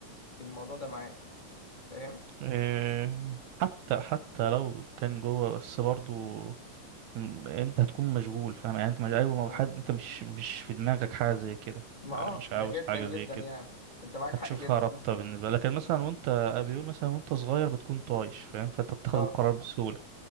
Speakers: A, on the left; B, on the right.
A: في الموضوع ده معاك فاهم
B: إيه،
A: بس-
B: حتى حتى لو كان جوه بس برضو م- انت هتكون مشغول فاهم يعني انت مش ايوه ما هو
A: اه
B: حد انت مش مش في دماغك حاجه زي كده
A: ما
B: يعني
A: اه
B: مش عاوز
A: ده جدا
B: حاجه
A: جدا
B: زي كده
A: يعني انت معاك
B: هتشوفها
A: حق جدا
B: رابطه بالنسبه لك لكن مثلا وانت بيقول مثلا وانت صغير بتكون طايش فاهم فانت بتاخد
A: اه
B: القرار بسهوله